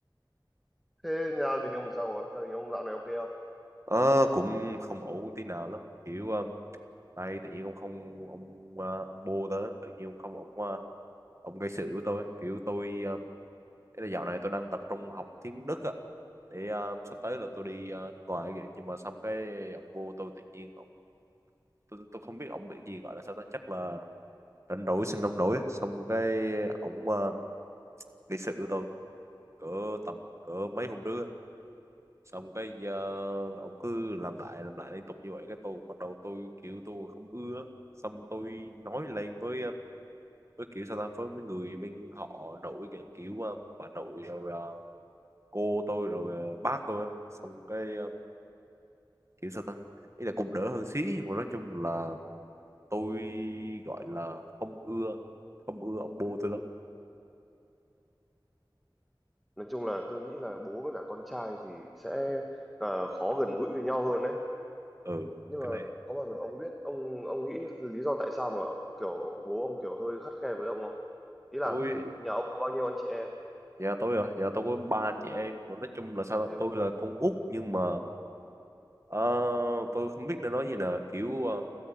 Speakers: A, in the centre; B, on the right.
A: thế nhà đình ông sao rồi gia đình ông dạo này ok không
B: Ờ, cũng không ổn tí nào lắm kiểu um, đây tự nhiên ông không ông uh, ông bô đó tự nhiên ông không ông uh, ông gây sự với tôi kiểu tôi um, cái là dạo này tôi đang tập trung học tiếng Đức á để ờ, sắp tới là tôi đi ờ, nước ngoài kìa nhưng mà xong cái ông vô tôi tự nhiên ông tôi, tôi không biết ông bị gì gọi là sao đó chắc là rảnh rỗi xin ông nổi á. xong cái ông uh, gây sự với tôi cỡ tầm cỡ mấy hôm trước á. xong cái uh, ông cứ làm lại làm lại liên tục như vậy cái tôi cũng bắt đầu tôi kiểu tôi không ưa xong tôi nói lên với ờ, với kiểu sao ta với mấy người bên họ nội kìa, kiểu ờ, bà nội rồi ờ, cô tôi rồi ờ, bác tôi á. xong cái ờ, kiểu sao ta ý là cũng đỡ hơn xí nhưng mà nói chung là tôi gọi là không ưa không ưa ông bố tôi lắm
A: nói chung là tôi nghĩ là bố với cả con trai thì sẽ ờ, khó gần gũi với nhau hơn đấy
B: ừ
A: nhưng
B: cái
A: mà
B: này
A: có bao giờ ông biết ông ông nghĩ lý do tại sao mà kiểu bố ông kiểu hơi khắt khe với ông không ý là
B: tôi
A: nhà ông có bao nhiêu anh chị em
B: Nhà tôi à, nhà tôi có ba anh chị em, Còn nói chung là sao
A: Thế-
B: tôi là con út nhưng mà ờ, tôi không biết nên nói như là kiểu ờ,